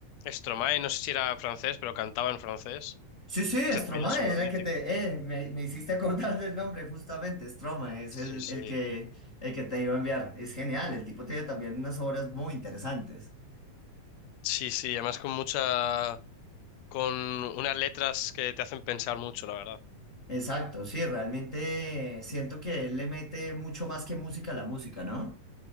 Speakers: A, on the left; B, on the left.
A: Stromae, no sé si era francés, pero cantaba en francés.
B: Sí, sí,
A: Ese
B: Stromae
A: también es un
B: era
A: mítico.
B: el que te... eh, me, me hiciste acordar del nombre justamente, Stromae es el,
A: Sí, sí.
B: el que, el que te iba a enviar. Es genial, el tipo tiene también unas obras muy interesantes.
A: Sí, sí, además con mucha, con unas letras que te hacen pensar mucho, la verdad.
B: Exacto, sí, realmente siento que él le mete mucho más que música a la música, ¿no?